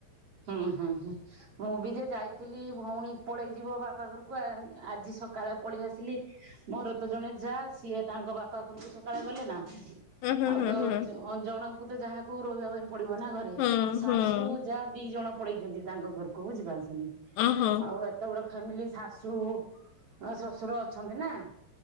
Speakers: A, on the right (about 45°); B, on the left (about 80°).
A: ହଁ ହଁ ହଁ। ମୁଁ ବି ଯେ ଯାଇଥିଲି ଭଉଣୀ ପଳେଇ ଯିବ ବାପା ଘରୁକୁ ଆ ଆଜି ସକାଳେ ପଳିଆସିଲି। ମୋର ତ ଜଣେ ଯାଆ ସିଏ ତାଙ୍କ ବାପା ଘରଙକୁ ସକାଳେ ଗଲେ ନା।
B: ହଁ ହଁ
A: ଆଉ
B: ହଁ
A: ତ
B: ହଁ
A: ଜ ଅ ଜଣଙ୍କୁ ତ ଯାହାକୁ ରହିବା ପାଇଁ ପଡ଼ିବ ନାଁ ଘରେ
B: ହଁ
A: ଶାଶୁ
B: ହଁ।
A: ଯା ଦି ଜଣ ପଳେଇଚନ୍ତି ତାଙ୍କ ଘର୍ କୁ ବୁଝିପାରୁଛନ୍ତି
B: ଅ ହଁ।
A: ଆଉ ଏ ତେ ବଡ଼ ଫ୍ୟାମିଲି ଶାଶୁ ଅଁ ଶଶୁର ଅଛନ୍ତି ନାଁ।